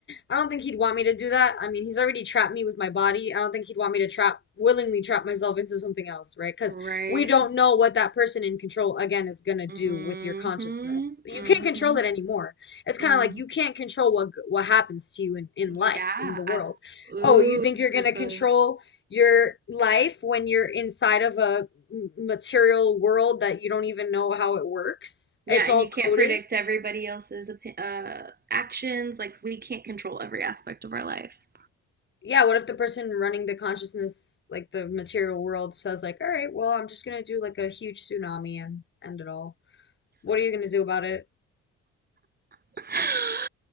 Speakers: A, on the left; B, on the right.
A: don't think he'd want me to do that. I mean, he's already trapped me with my body. I don't think he'd want me to trap, willingly trap myself into something else, right? Because
B: Right.
A: we don't know what that person in control, again, is gonna do
B: mm
A: with your consciousness.
B: Mhm,
A: You
B: mm
A: can't control
B: mhm,
A: it anymore. It's kind
B: mm.
A: of like you can't control what what happens to you in, in life,
B: Yeah,
A: in the world.
B: I ooh,
A: Oh, you think you're
B: good
A: gonna
B: point.
A: control your life when you're inside of a material world that you don't even know how it works.
B: Yeah,
A: It's
B: and
A: all
B: you
A: coded.
B: can't predict everybody else's opi- uh actions. Like we can't control every aspect of our life.
A: Yeah, what if the person running the consciousness, like the material world, says like, "All right, well, I'm just gonna do like a huge tsunami and end it all." What are you gonna do about it?
B: <laughs>